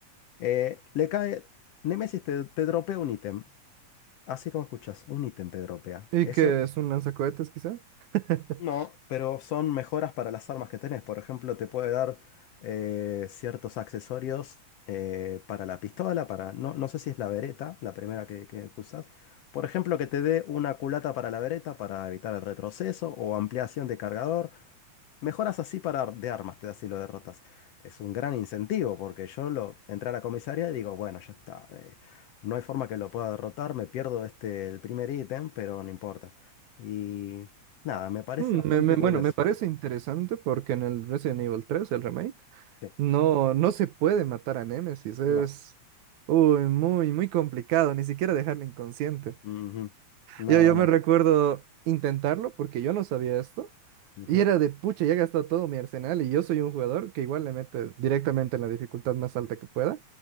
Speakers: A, on the left (about 70°); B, on the right (about 80°).
A: eh, le cae, Némesis te, te dropea un ítem, así como escuchas, un ítem te dropea.
B: ¿Y
A: Eso
B: que es un lanzacohetes, quizá? <laughs>
A: No, pero son mejoras para las armas que tenés. Por ejemplo, te puede dar eh, ciertos accesorios eh, para la pistola, para. No, no sé si es la vereta, la primera que, que usás. Por ejemplo, que te dé una culata para la vereta para evitar el retroceso o ampliación de cargador. Mejoras así para ar- de armas, te da si lo derrotas. Es un gran incentivo porque yo lo entré a la comisaría y digo, bueno, ya está. eh, no hay forma que lo pueda derrotar, me pierdo este el primer ítem, pero no importa. Y nada, me parece
B: Mm,
A: bastante
B: me- me- bueno,
A: curioso.
B: me parece interesante porque en el Resident Evil tres, el remake,
A: Sí,
B: no, no se puede matar a Nemesis. Es
A: no.
B: uy, muy, muy complicado, ni siquiera dejarlo inconsciente.
A: mm, ujú, No,
B: Yo, yo me
A: no.
B: recuerdo intentarlo porque yo no sabía esto.
A: ujú,
B: Y era de pucha, ya he gastado todo mi arsenal y yo soy un jugador que igual le mete directamente en la dificultad más alta que pueda.